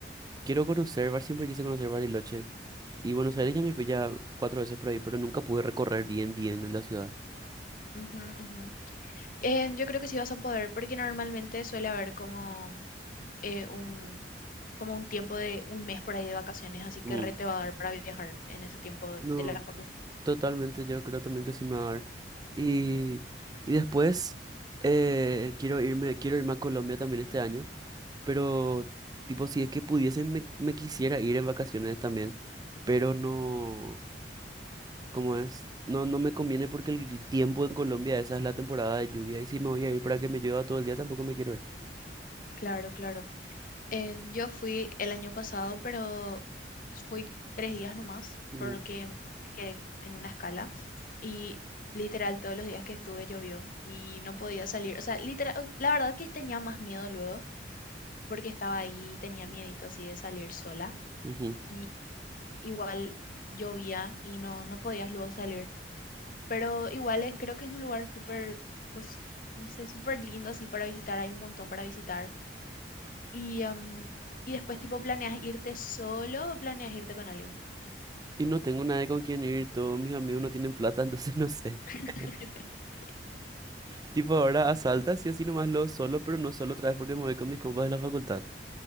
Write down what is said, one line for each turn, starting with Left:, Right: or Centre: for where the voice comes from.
Right: quiero conocer, Bar- siempre quise conocer Bariloche. Y Buenos Aires ya me fui ya cuatro veces por ahí, pero nunca pude recorrer bien, bien en la ciudad.
Left: ujú, ujú. Eh, yo creo que sí vas a poder, porque normalmente suele haber como eh, un como un tiempo de un mes por ahí de vacaciones, así que
Right: Mm.
Left: re te va a dar para viajar en ese tiempo
Right: No,
Left: de la facu.
Right: totalmente, yo creo también que sí me va a dar. Y, y después eh, quiero irme, quiero irme a Colombia también este año, pero tipo, si es que pudiesen me, me quisiera ir en vacaciones también, pero no, como es? No, no me conviene porque el tiempo en Colombia, esa es la temporada de lluvia, y si me voy a ir para que me llueva todo el día, tampoco me quiero ir.
Left: Claro, claro. En- yo fui el año pasado, pero fui tres días nomás,
Right: Mm.
Left: porque me quedé en una escala y literal todos los días que estuve llovió y no podía salir. O sea, literal, la verdad que tenía más miedo luego, porque estaba ahí, tenía miedito así de salir sola
Right: Ujú.
Left: y igual llovía y no, no podías luego salir. Pero igual es, creo que es un lugar súper, pues, no sé, súper lindo así para visitar, hay un montón para visitar y, em, y después, tipo, ¿planeas irte solo o planeas irte con alguien?
Right: Y no tengo nadie con quien ir, todos mis amigos no tienen plata, <laughs> entonces no sé.
Left: <laughs>
Right: <laughs> Tipo, ahora asaltas y así nomás lo solo, pero no solo otra vez porque me voy con mis compas de la facultad.